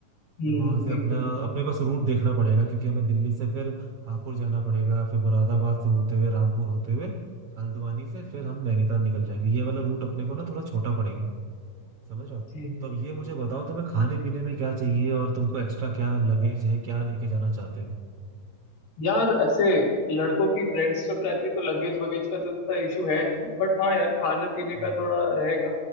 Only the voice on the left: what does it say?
हम्म,
ठीक
ठीक ठीक
ठीक है
ठीक
है
ठीक है
यार ऐसे लड़कों की फ्रेंड्स ट्रिप रहती है तो लगेज वगेज का तो इतना इशू है नहीं बट हाँ यार खाने पीने का
थोड़ा रहेगा